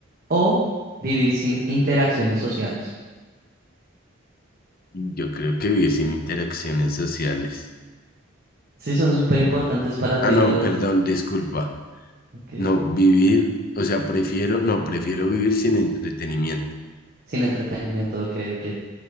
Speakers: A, on the right; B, on the left.
A: o vivir sin interacciones sociales.
B: Yo creo que vivir sin interacciones sociales.
A: Sí, son súper importantes para ti
B: Ah, no,
A: los...
B: perdón, disculpa.
A: Ok,
B: No, vivir, o sea, prefiero, no, prefiero vivir sin entretenimiento.
A: sin entretenimiento, ok, ok.